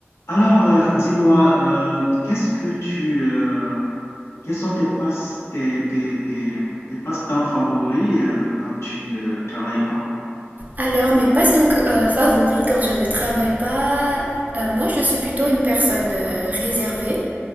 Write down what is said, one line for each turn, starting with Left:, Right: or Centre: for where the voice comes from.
Left: Alors, euh, dis-moi, euh, qu'est-ce que tu, euh, quels sont tes passe, tes, tes, tes, tes passe-temps favoris, euh, quand tu ne travailles pas?
Right: Alors, mes passe donc euh, favoris quand je ne travaille pas, euh, moi je suis plutôt une personne euh, réservée